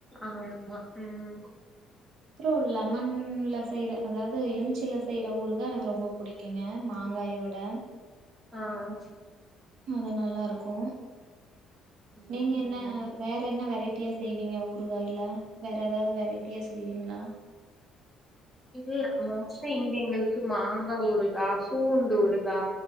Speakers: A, in the centre; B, on the right.
A: ஆமா ம்
B: அப்பற ஒரு லெமன்ல செய்யற அதாவது எலுமிச்சில செய்யற ஊரு தா எனக்கு ரொம்ப புடிக்குங்க மாங்காய விட
A: ஆ ஆ
B: அது நல்லாருக்கு
A: ம்,
B: நீங்க என்ன
A: ஆமா
B: வேற என்ன வெரைட்டியா செய்வீங்க ஊறுகாய்ல வேற எதாவது வெரைட்டியா செய்வீங்ளா
A: இங்க மோஸ்டா இங்க எங்ளுக்கு மாங்கா ஊறு கா பூண்டு
B: ம்
A: ஊறுகா